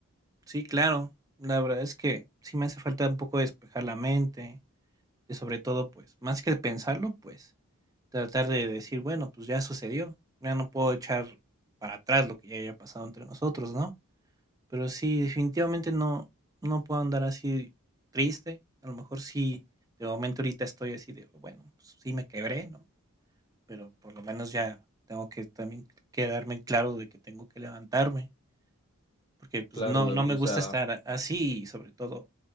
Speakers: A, on the right (about 15°); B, on the left (about 20°).
A: Sí, claro. La verdad es que sí me hace falta un poco despejar la mente, Y sobre todo, pues, más que pensarlo, pues, tratar de decir, bueno, pues ya sucedió, ya no puedo echar para atrás lo que ya haya pasado entre nosotros, ¿no? Pero sí, definitivamente no, no puedo andar así triste. A lo mejor sí, de momento ahorita estoy así de, bueno, pues sí me quebré, ¿no? Pero por lo menos ya tengo que también quedarme en claro de que tengo que levantarme, porque pues
B: Claro,
A: no,
B: David,
A: no me
B: o
A: gusta
B: sea,
A: estar a- así y sobre todo,